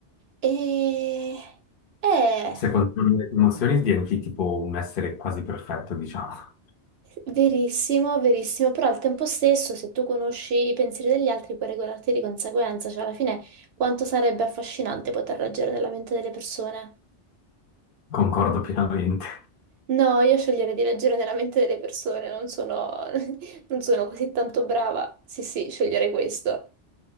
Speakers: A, on the right (about 65°); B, on the left (about 55°).
A: E... Eh...
B: Se controlli le tue emozioni diventi tipo un essere quasi perfetto, diciamo.
A: Verissimo, verissimo, però al tempo stesso, se tu conosci i pensieri degli altri, puoi regolarti di conseguenza, cioè alla fine quanto sarebbe affascinante poter leggere nella mente delle persone.
B: <laughs> Concordo pienamente.
A: No, io sceglierei di leggere nella mente delle persone, non sono, <laughs> non sono così tanto brava. Sì, sì, sceglierei questo.